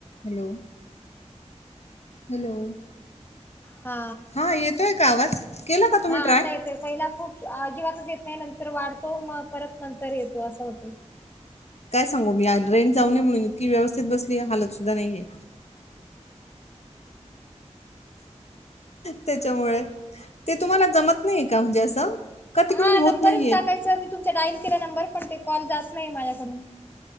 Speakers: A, on the left; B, on the left.
A: Hello hello
B: हा
A: हा येतोय का आवाज केला का तुम्ही
B: हा
A: ट्राय
B: आता पहिला खूप अजिबातच येत नाही नंतर वाढतो मग परत नंतर येतो असं होत
A: काय सांगू मी रेट जाऊ ने म्हणून इतकी व्यवस्थित बसली हलत सुद्धा नाहीे त्याच्यामुळे ते तुम्हाला जमत नाही का म्हणजे असं का तिकडून
B: हा
A: होत
B: नंबरच
A: नाहीये
B: टाकायचा म तुमचा डाईल केला नंबर पण ते कॉल जात नाही माझ्याकडून